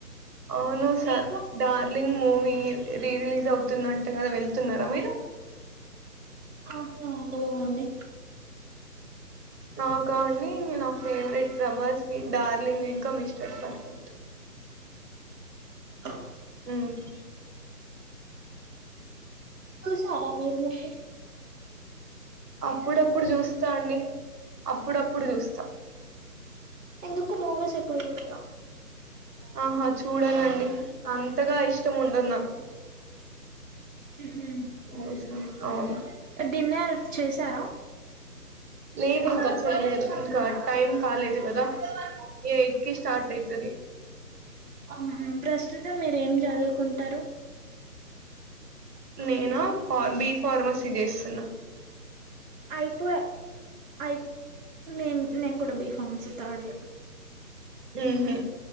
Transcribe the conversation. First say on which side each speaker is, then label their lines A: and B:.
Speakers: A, on the right; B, on the right.
A: అవును స
B: మీకు
A: darling movie re release అవుతుందంట కదా వెళ్తున్నారా మీరు
B: ఆహా లేదండి
A: నాకా అండి నా ఫేవరెట్ ప్రభాస్ వి డార్లింగ్ ఇంకా మిస్టర్ పర్ఫెక్ట్
B: ఆహా
A: ఉమ్
B: చూసారా మీరు మూవీ
A: అప్పుడప్పుడు చూస్తా అండి అప్పుడప్పుడు చూస్తా
B: ఎందుకు మూవీస్ ఎక్కువ చూడరా
A: ఆహా చూడనండి అంతగా ఇష్టం ఉండదు నాకు
B: మ్మ్
A: మూవీస్ అంటే అవును
B: హు డిన్నర్ చేశారా
A: లేదు ఇంకా చేయలేదు ఇంకా టైమ్ కాలేదు గదా ఎయిట్ కి స్టార్ట్ అయితది
B: ఆహా ప్రస్తుతం మీరు ఏం జదువుకుంటారు
A: నేనా ఆ బి ఫార్మసీ జేస్తున్నా
B: అయిపో ఐపో నేను నేను కూడా బి ఫార్మసీ థర్డ్ ఇయర్
A: మ్మ్ హు